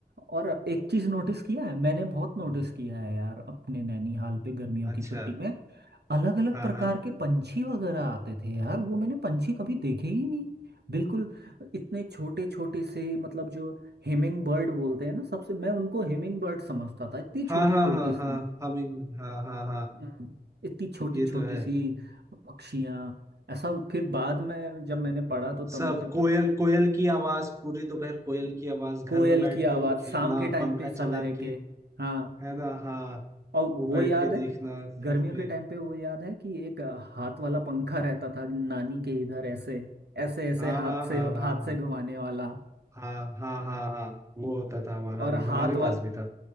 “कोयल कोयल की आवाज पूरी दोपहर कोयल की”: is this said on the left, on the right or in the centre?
Right